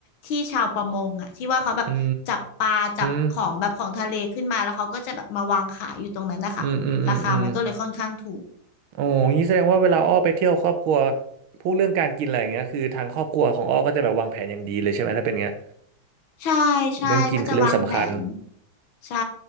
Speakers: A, on the left; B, on the right.
A: ที่ชาวประมงอะที่ว่าเขาแบบจับปลาจับของแบบของทะเลขึ้นมาแล้วเขาก็จะแบบมาวางขายอยู่ตรงนั้นนะคะราคามันก็เลยค่อนข้างถูก
B: อืมอืมอืมอืมอืม โอ้งี้แสดงว่าเวลาอ้อไปเที่ยวครอบครัวพูดเรื่องการกินอะไรอย่างเงี้ยคือทางครอบครัวของอ้อก็จะแบบวางแผนอย่างดีเลยใช่ไหมถ้าเป็นเงี้ย
A: ใช่ใช่ก็จะวางแผน
B: เรื่องกินคือเรื่องสำคัญ
A: ใช่